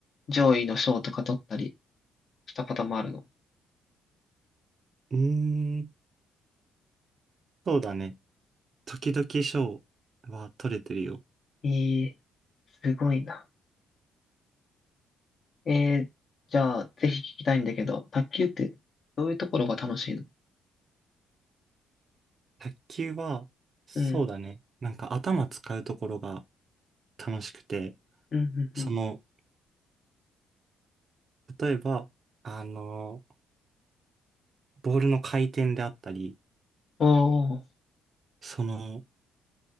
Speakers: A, on the left; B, on the right.
A: 上位の賞とか取ったりしたこともあるの。
B: うーん。そうだね。時々賞は取れてるよ。
A: ええ、すごいな。ええ、じゃあ、ぜひ聞きたいんだけど、卓球って、どういうところが楽しいの
B: 卓球は、そうだね。
A: うん、
B: なんか頭使うところが楽しくて、
A: うん、うん、
B: その、
A: うん。
B: 例えば、あの、ボールの回転であったり、
A: おー、
B: その、